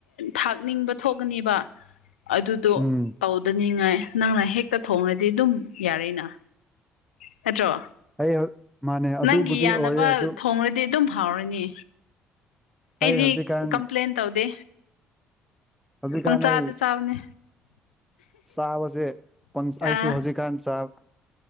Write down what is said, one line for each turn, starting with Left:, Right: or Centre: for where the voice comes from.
Left: ꯊꯥꯛꯅꯤꯡꯕ ꯊꯣꯛꯀꯅꯦꯕ ꯑꯗꯨꯗꯣ
Centre: ꯎꯝ
Left: ꯇꯧꯗꯅꯤꯡꯉꯥꯏ ꯅꯪꯅ ꯍꯦꯛꯇ ꯊꯣꯡꯉꯗꯤ ꯑꯗꯨꯝ ꯌꯥꯔꯦꯅ ꯅꯠꯇ꯭ꯔꯣ
Centre: ꯑꯩ ꯍꯧ ꯃꯥꯅꯦ ꯑꯗꯨꯕꯨꯗꯤ
Left: ꯅꯪꯒꯤ ꯌꯥꯅꯕ
Centre: ꯑꯣꯏꯌꯦ ꯑꯗꯨ
Left: ꯊꯣꯡꯔꯗꯤ ꯑꯗꯨꯝ ꯍꯥꯎꯔꯅꯤ ꯑꯩꯗꯤ
Centre: ꯑꯩ ꯍꯧꯖꯤꯛꯀꯥꯟ
Left: ꯀꯝꯄ꯭ꯂꯦꯟ ꯇꯧꯗꯦ
Centre: ꯍꯧꯖꯤꯛꯀꯥꯟ
Left: ꯄꯪ ꯆꯥꯗ
Centre: ꯑꯩ
Left: ꯆꯕꯥꯅꯦ
Centre: ꯆꯥꯕꯁꯦ ꯑꯩꯁꯨ
Left: ꯑꯥ
Centre: ꯍꯧꯖꯤꯛꯀꯥꯟ ꯆꯥꯕ